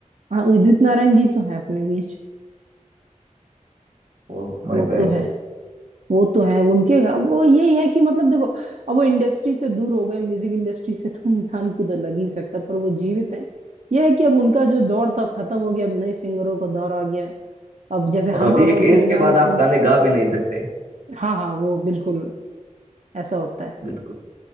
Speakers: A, on the right (about 60°); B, on the right (about 80°).
A: हाँ उदित नारायण जी तो हैं अपने बीच
B: oh my
A: वो
B: bad
A: तो है वो तो है उनके गा- वो यही है कि मतलब देखो अब वो इंडस्ट्री से दूर हो गए म्यूजिक इंडस्ट्री से तो <laughs> इंसान खुद लग ही सकता है, पर वो जीवित है यह है कि अब उनका जो दौर था अब खत्म हो गया अब नए सिंगरों का दौर आ गया है। अब जैसे हम
B: और अभी
A: आप
B: एक
A: अपने
B: एज के
A: गाने
B: बाद
A: सुन
B: आप गाने गा भी नहीं सकते हैं।
A: हाँ हाँ वो बिल्कुल ऐसा होता है
B: बिल्कुल